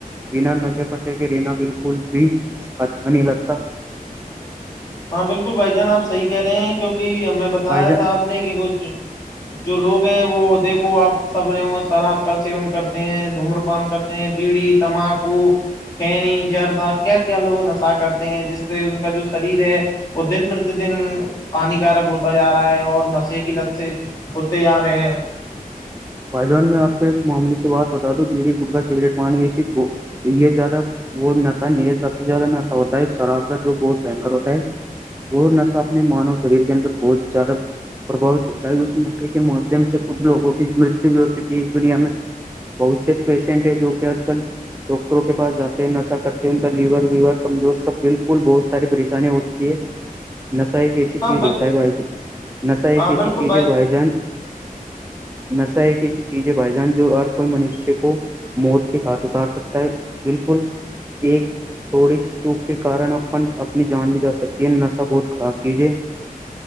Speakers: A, on the right; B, on the left.
A: بنا نشے پتے کے رینا بالکل بھی اچھا نہیں لگتا
B: ہاں بالکل بھائی جان آپ صحی کہہ رہے ہیں کیوںکہ ہمیں بتایا
A: بھائی جان
B: تھا آپ نے کہ کچھ جو لوگ ہیں وہ دیکھو آپ سبروں شراب کا سیون کرتے ہیں دھومر پان کرتے ہیں بیڑی تمباکو کنی جردہ کیا کیا لوگ نشہ کرتے ہیں جس سے ان کا جو ہے وہ دن پرتیدن ہانیکارک ہوتا جا رہا ہے اور نشے کی لت سے ہوتے جا رہے ہیں
A: فھدان میں آپ کو ایک معاموے سے بات بتا دوں گڑی گٹکا سگریٹ پانی ای یہ زیادہ وہ نشہ نہیں ہے سب سے زیادہ نشہ ہوتا ہے ایک شراب کا جو بہت بنکر ہوتا ہے اور نشہ اپنے مانو شریر کے اندر بہت زیادہ پرھاوت ہوتا ہے اس نشے کے ماددھیم سے کچھ لوگوں کی متو بھی ہو چک ہے اس دنیا میں بہت سے پیشنٹ ہیں جو کہ آج کل ڈاکٹروں کے پاس جاتے ہیں نشا کرتے ہیں ان کا لیور ویور کمزور سب بالل کل بہت ساری پریشانی ہو چکی ہے نسا ایک ایسی
B: ہاں
A: چیز ہو کیا بھائی نسا ایک
B: ہاں بالکل
A: ایسی چیز ہے بھائی جان سا ایک ایسی چیز ہے بائی جان جو ہر کوئی منشی کو موت کے گاٹ اتار سکتا ہے بالکل ایک تھوڑی سی چوک کے کارن اپن اپنی جان بھی جا سکتی ہے نشہ بہت خراب چیز ہے